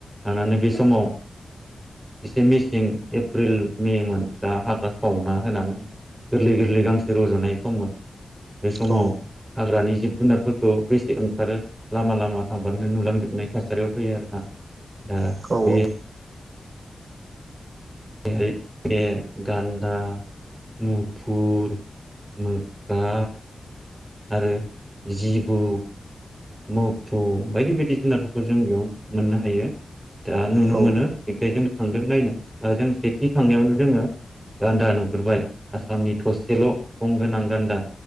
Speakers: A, on the right; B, on the right.
A: थांनानै बे समाव एसे मेसिं एप्रिल मेमोन दा हाग्रा सावना होनानै गोरलै-गोरलै गांसो रज'नाय सममोन। बे समाव
B: औ
A: हाग्रानि जिब जुनारफोरखौ बेसे ओंखारो लामा लामा थांफानो नुलांजोबनाय थासारियाव फैयो आरोना दा
B: औ
A: बे
B: औ
A: मैदेर गान्दा मुफुर मोख्रा आरो जिबौ मोफौ बायदि बायदि जुनारफोरखौ जों बेयाव मोननो हायो दा नुनो
B: औ
A: मोनो बेखायनो जों थांदों नायनो दा जों सेथि थांनायावनो जोङो गान्दा नुग्रोबबाय आसामनि थसेल' गंगोनां गान्दा